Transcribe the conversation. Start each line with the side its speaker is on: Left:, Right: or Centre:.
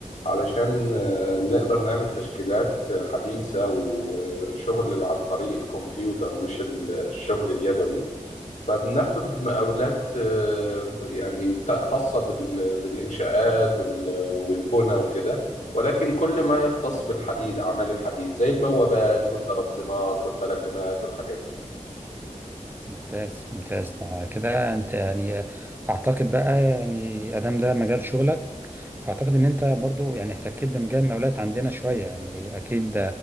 Left: علشان آه، نقدر نعمل تشكيلات حديثة وشغل عن طريق الكمبيوتر مش الشغل اليدوي فبناخد مقاولات آه، ب- يعني تا- خاصة بال- بالإنشاءات وال- والبنى وكده ولكن كل ما يختص بالحديد أعمال الحديد زي البوابات والدرابزينات والبلكونات والحاجات دي
Right: ممتاز ممتاز آه، كده انت يعني آه، اعتقد بقى يعني ادام ده مجال شغلك فاعتقد ان انت برضو يعني احتكيت بمجال المقاولات عندنا شويه يعني اكيد